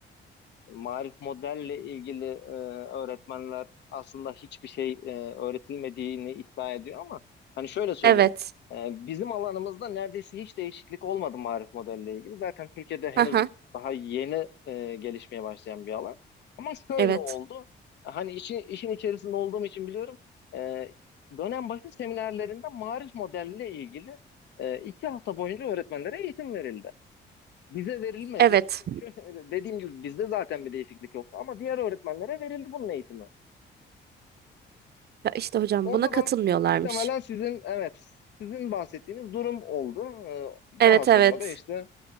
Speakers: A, on the left; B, on the right.
A: e, Marif modelle ilgili e, öğretmenler aslında hiçbir şey e, öğretilmediğini iddia ediyor ama hani şöyle söyleyeyim.
B: evet.
A: e, bizim alanımızda neredeyse hiç değişiklik olmadı marif modelle ilgili. Zaten Türkiye'de henüz
B: Hı hı.
A: daha yeni e, gelişmeye başlayan bir alan. Ama şöyle
B: Evet.
A: oldu. Hani işin, işin içerisinde olduğum için biliyorum. E, dönem başı seminerlerinde marif modelle ilgili e, iki hafta boyunca öğretmenlere eğitim verildi. Bize verilmedi.
B: Evet.
A: Çünkü <laughs> dediğim gibi bizde zaten bir değişiklik yoktu. Ama diğer öğretmenlere verildi bunun eğitimi.
B: Ya işte hocam
A: Orada
B: buna katılmıyorlarmış.
A: da muhtemelen sizin evet sizin bahsettiğiniz durum oldu. Ee,
B: Evet
A: Daha sonra
B: evet.
A: da işte